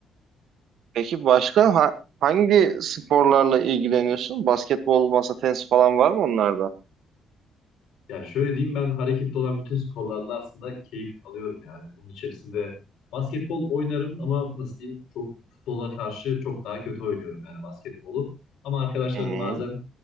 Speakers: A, on the right (about 75°); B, on the left (about 80°).
A: Peki başka ha- hangi sporlarla ilgileniyorsun? Basketbol, masa tenisi falan var mı onlarda?
B: Yani şöyle diyeyim ben hareketli olan bütün sporlarla aslında keyif alıyorum yani. Bunun içerisinde basketbol oynarım ama nasıl diyeyim çok futbola karşı çok daha kötü oynuyorum yani basketbolu. Ama arkadaşlarım
A: Hı hı.
B: bazen